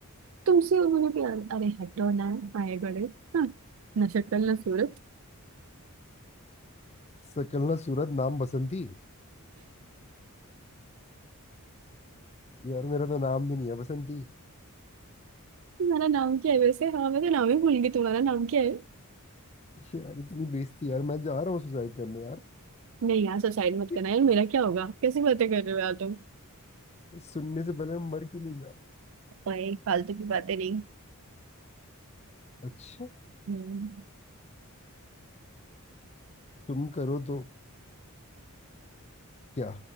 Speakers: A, on the right; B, on the left.
A: तुमसे और मुझे प्यार अरे हटो ना आए बड़े हाँ, ना शक्ल ना सूरत
B: सकल ना सूरत नाम बसंती यार मेरा तो नाम भी नहीं है बसंती
A: तुम्हारा नाम क्या है वैसे हाँ मैं तो नाम ही भूल गई तुम्हारा नाम क्या है
B: यार इतनी बेइज्जती यार मैं जा रहा हूँ सुसाइड करने
A: नहीं यार सुसाइड मत
B: यार
A: करना यार मेरा क्या होगा कैसी बातें कर रहे हो यार तुम
B: सुनने से पहले मैं मर क्यों नहीं गया
A: भाई फालतू की बातें नहीं
B: अच्छा
A: हम्म,
B: तुम करो तो क्या